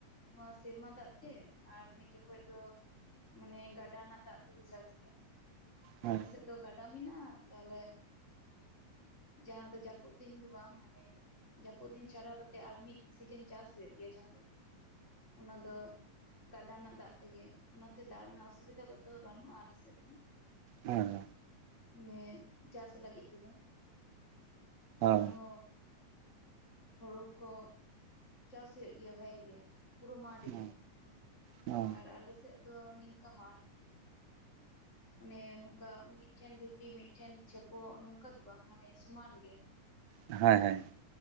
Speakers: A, on the left (about 25°); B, on the right (about 70°).
A: ᱱᱚᱣᱟ ᱥᱮᱨᱢᱟ ᱫᱟᱜ ᱛᱮ ᱟᱨ ᱢᱤᱫ ᱡᱚᱠᱷᱚᱱ ᱫᱚ ᱢᱟᱱᱮ ᱜᱟᱰᱟ ᱨᱮᱱᱟᱜ ᱫᱟᱜ ᱛᱮᱞᱮ ᱪᱟᱥ ᱜᱮᱭᱟ
B: ᱦᱳᱭ
A: ᱟᱞᱮᱥᱮᱫ ᱫᱚ ᱜᱟᱰ ᱰᱟ ᱢᱮᱱᱟᱜᱼᱟ ᱛᱟᱦᱚᱞᱮ᱾ ᱡᱟᱦᱟᱸ ᱫᱚ ᱡᱟᱹᱯᱩᱫ ᱫᱤᱱ ᱫᱚ ᱵᱟᱝ ᱢᱟᱱᱮ ᱡᱟᱹᱯᱩᱫ ᱫᱤᱱ ᱪᱷᱟᱰᱟ ᱠᱟᱛᱮᱜ ᱟᱨ ᱢᱤᱫ ᱥᱤᱡᱮᱱ ᱪᱟᱥ ᱦᱩᱭᱩᱜ ᱜᱮᱭᱟ ᱡᱟᱦᱟᱸ ᱫᱚ ᱚᱱᱟ ᱫᱚ ᱜᱟᱰᱟ ᱨᱮᱱᱟᱜ ᱫᱟᱜ ᱛᱮᱜᱮ ᱚᱱᱟᱛᱮ ᱫᱟᱜ ᱨᱮᱱᱟᱜ ᱚᱥᱩᱵᱤᱫᱟ ᱫᱚ ᱵᱟᱹᱱᱩᱜᱼᱟ ᱟᱞᱮᱥᱮᱫ ᱫᱚ᱾
B: ᱦᱮᱸ <unintelligible>
A: ᱢᱟᱱᱮ ᱪᱟᱥ ᱞᱟᱹᱜᱤᱫ ᱛᱮᱫᱚ
B: ᱦᱳᱭ
A: ᱟᱨᱦᱚᱸ ᱦᱩᱲᱩ ᱠᱚ ᱪᱟᱥ ᱦᱩᱭᱩᱜ ᱜᱮᱭᱟ ᱵᱷᱟᱜᱮ ᱜᱮ ᱯᱩᱨᱟᱹ ᱢᱟᱴ
B: ᱦᱳᱭ
A: ᱜᱮ
B: ᱦᱳᱭ
A: ᱟᱨ ᱟᱞᱮ ᱟᱞᱮ ᱥᱮᱫ ᱫᱚ ᱱᱤᱝᱠᱟ ᱢᱟᱴᱷ ᱚᱱᱮ ᱱᱚᱝᱠᱟ ᱢᱤᱫᱴᱷᱮᱱ ᱰᱷᱤᱯᱤ ᱢᱤᱫᱴᱷᱮᱱ ᱪᱷᱮᱯᱚ ᱱᱚᱝᱠᱟ ᱫᱚ ᱵᱟᱝ ᱢᱟᱱᱮ ᱥᱚᱢᱟᱱ ᱜᱮ᱾
B: ᱦᱳᱭ ᱦᱳᱭ